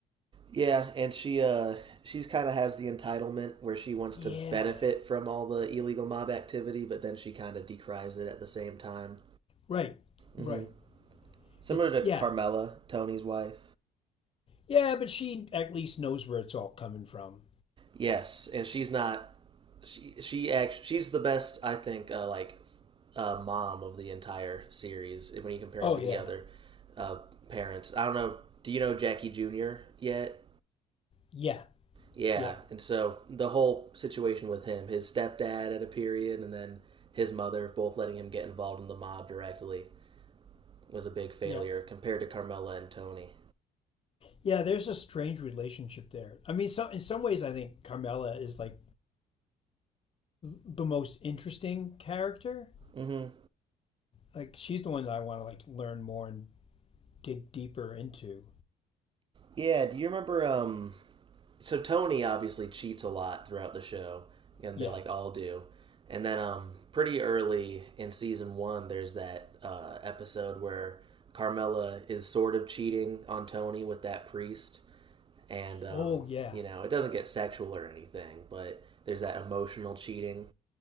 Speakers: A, on the right; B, on the left.
A: Yeah, and she uh she's kind of has the entitlement where she wants
B: Yeah,
A: to benefit from all the illegal mob activity, but then she kind of decries it at the same time.
B: right,
A: Mm-hmm.
B: right.
A: Similar
B: It's
A: to
B: yeah,
A: Carmela, Tony's wife.
B: yeah, but she at least knows where it's all coming from.
A: Yes, and she's not she she act she's the best I think uh, like uh, mom of the entire series when you compare
B: Oh
A: him to
B: yeah,
A: the other uh, parents. I don't know. Do you know Jackie Jr. yet?
B: yeah,
A: Yeah,
B: yeah,
A: and so the whole situation with him, his stepdad at a period, and then his mother, both letting him get involved in the mob directly, was a big failure
B: yeah.
A: compared to Carmela and Tony.
B: Yeah, there's a strange relationship there. I mean, so in some ways, I think Carmela is like the most interesting character.
A: Mm-hmm.
B: Like she's the one that I want to like learn more and dig deeper into.
A: Yeah, do you remember? Um, so Tony obviously cheats a lot throughout the show, and
B: Yeah.
A: they like all do. And then um, pretty early in season one, there's that uh, episode where Carmela is sort of cheating on Tony with that priest and um,
B: Oh yeah.
A: you know it doesn't get sexual or anything, but there's that emotional cheating.